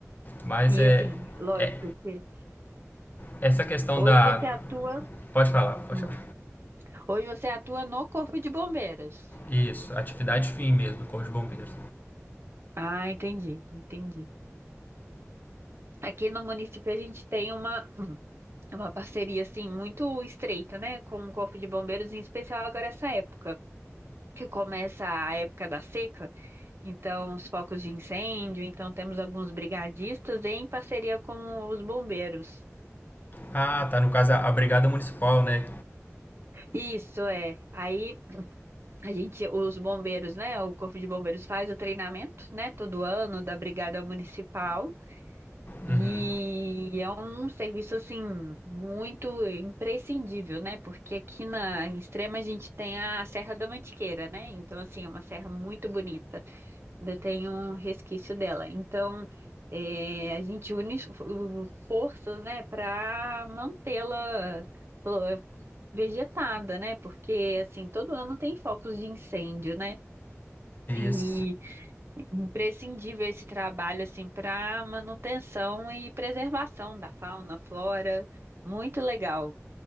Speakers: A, on the left (about 35°); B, on the right (about 50°).
A: Mas é.
B: E assim, lógico
A: é
B: que
A: essa questão
B: hoje
A: da.
B: você atua,
A: Pode falar, pode
B: hum,
A: falar.
B: hoje você atua no Corpo de Bombeiros.
A: Isso, atividade fim mesmo, Corpo de Bombeiros.
B: Ah, entendi, entendi. Aqui no município a gente tem uma, hum, uma parceria assim muito estreita, né, com o Corpo de Bombeiros, em especial agora essa época, que começa a época da seca, então os focos de incêndio, então temos alguns brigadistas em parceria com os bombeiros.
A: Ah, tá, no caso a, a Brigada Municipal, né?
B: Isso é. Aí A gente, os bombeiros, né? O Corpo de Bombeiros faz o treinamento, né? Todo ano da Brigada Municipal. E
A: Uhum.
B: é um serviço, assim, muito imprescindível, né? Porque aqui na, em Extrema a gente tem a Serra da Mantiqueira, né? Então, assim, é uma serra muito bonita ainda tem um resquício dela. Então, é, a gente une fo- forças, né, para mantê-la flo- vegetada, né? Porque assim, todo ano tem focos de incêndio, né? E
A: Isso.
B: imprescindível esse trabalho assim para manutenção e preservação da fauna, flora, muito legal.